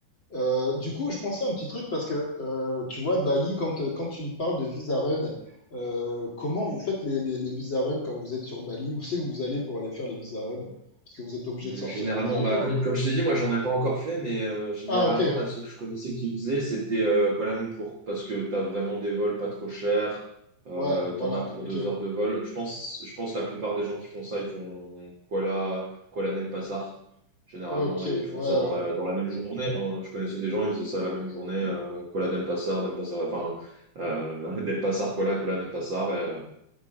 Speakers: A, on the left (about 40°); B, on the right (about 60°).
A: Euh, du coup, je pensais à un petit truc parce que euh, tu vois, Bali, quand, euh, quand tu me parles de visa run, euh, comment vous faites les, les, les visa run quand vous êtes sur Bali? Où c'est que vous allez pour aller faire les visa run? Parce que vous êtes obligé
B: Euh,
A: de sortir
B: Généralement,
A: du territoire.
B: bah, comme, comme je t'ai dit, moi j'en ai pas encore fait, mais euh, généralement,
A: Ah, ok,
B: là, ceux que je connaissais qui faisaient, c'était euh, Kuala Lumpur, parce que t'as vraiment des vols pas trop chers, euh,
A: ouais, voilà,
B: t'en as pour
A: ok,
B: deux heures de vol. Je pense, je pense la plupart des gens qui font ça, ils font Kuala, Kuala Denpasar. Généralement,
A: ok,
B: ils font
A: ouais, ouais,
B: ça dans la, dans la même journée. hein. Je connaissais des gens, ils faisaient ça la même journée, euh, Kuala Denpasar, Denpasar, enfin, euh, <laughs> Denpasar, Kuala, Kuala Denpasar, et, euh,